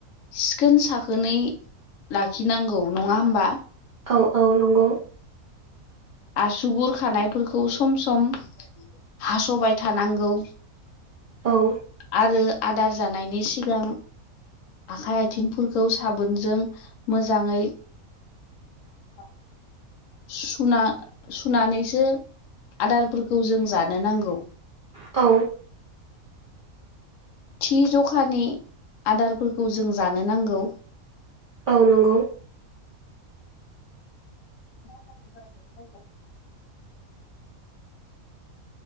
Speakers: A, on the left; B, on the right.
A: सिखोन साखोनै लाखिनांगौ नङा होमबा?
B: औ औ नंगौ।
A: आसुगुर खानायफोरखौ सम सम हास'बाय थानांगौ
B: औ।
A: आरो आदार जानायनि सिगां आखाइ आथिंफोरखौ साबोनजों मोजाङै <inaudible> सुना सुनानैसो आदारफोरखौ जों जानो नांगौ।
B: औ।
A: थि जखानि आदारफोरखौ जों जानो नांगौ।
B: औ नंगौ।
A: औ ज ज